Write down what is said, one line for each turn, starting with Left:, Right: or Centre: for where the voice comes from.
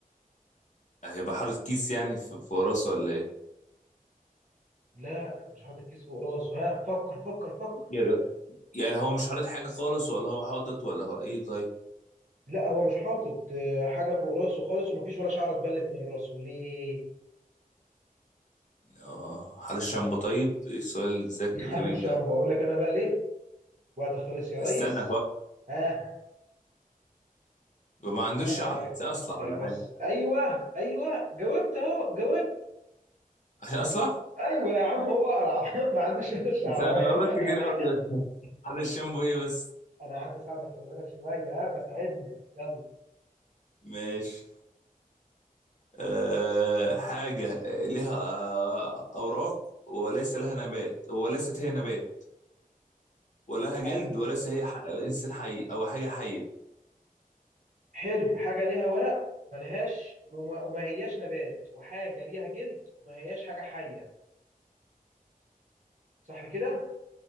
Left: هيبقى حاطط كيس يعني في في راسه ولا ايه؟
Right: لا مش حاطط كيس فوق راسه ها فكر فكر فكر
Left: يعني يعني هو مش حاطط حاجة خالص ولا هو حاطط ولا هو ايه طيب؟
Right: لا هو مش حاطط آه، حاجه فوق راسه خالص ومفيش ولا شعره اتبلت من راسه ليه
Left: اه حاطط شامبو طيب؟ ايه السؤال الذكي
Right: <laughs>
Left: الغريب
Right: حاطط شامبو
Left: ده؟
Right: اقول لك انا بقى ليه وقت خلص يا ريس
Left: استنى بقى
Right: ها
Left: يبقى ما عندوش
Right: معاك
Left: شعر لا اصلع
Right: خمس
Left: ولا حاجة
Right: ايوه ايوه جاوبت اهو جاوبت
Left: عشان اصلع؟ <laughs>
Right: ايوه يا عم هو قرع <laughs> ما عندوش ولا شعرايه
Left: عشان انا
Right: <laughs>
Left: قلت كده برضه <laughs> حاطط شامبو ايه بس؟
Right: انا قعدت اساعدك خلي بالك شويه ها بساعدني يلا
Left: ماشي آه، حاجة لها أوراق وليس لها نبات وليست هي نبات ولا لها
Right: ح-
Left: جلد وليس هي ح... إنسان حي أو حاجة حية
Right: حلو حاجه ليها ورق ملهاش وما وما هياش نبات وحاجه ليها جلد وما هياش حاجه حيه صح كده